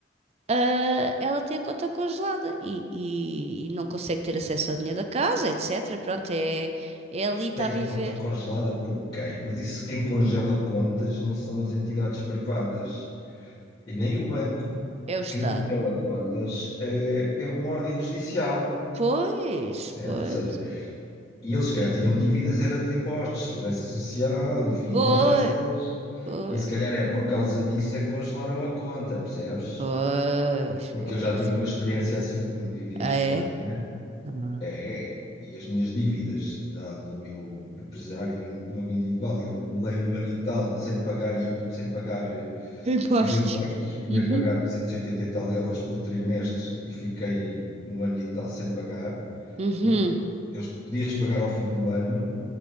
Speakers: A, on the right; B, on the left.
A: ah, ela tem a conta congelada e, e- e não consegue ter acesso ao dinheiro da casa, etc. Pronto, é, é ali está
B: Tem
A: a viver.
B: a conta congelada por quem? Mas isso, quem congela contas não são as entidades privadas e nem o banco.
A: É o
B: Quem
A: Estado.
B: congela contas é, é uma ordem judicial,
A: Pois,
B: percebes?
A: pois,
B: Ou seja, e eles, se calhar, tinham dívidas, era de impostos, segurança social e finanças,
A: pois, pois,
B: e se calhar é por causa disso é que congelaram a conta, percebes?
A: pois,
B: Porque
A: pois.
B: eu já tive uma experiência assim quando vivi
A: Ah,
B: em Espanha.
A: é? Ah.
B: É, e as minhas dívidas da, do meu empresário, do meu individual, eu acumulei um ano e tal sem pagar, i- sem pagar eh,
A: Impostos.
B: os impostos, tinha
A: Uhum.
B: que pagar 280 e oitenta e tal euros por trimestre e fiquei um ano e tal sem pagar,
A: Uhum.
B: porque eu podias pagar ao fim do ano